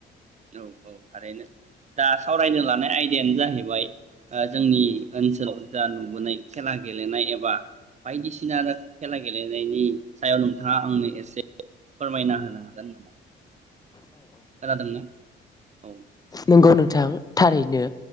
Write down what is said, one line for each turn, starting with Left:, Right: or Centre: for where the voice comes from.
Right: औ औ थारैनो दा सावरायनो लानाय आइदाया नो जाहैबाय जोंनि ओनसोलाव जा नुबोनाय खेला गेलेनाय एबा बायदिसिना खेला गेलेनायनि सायाव नोंथाङा आंनो एसे फोरमायना होनो हागोन नामा खोनादोंना औ
Left: नोंगौ नोंथां थारैनो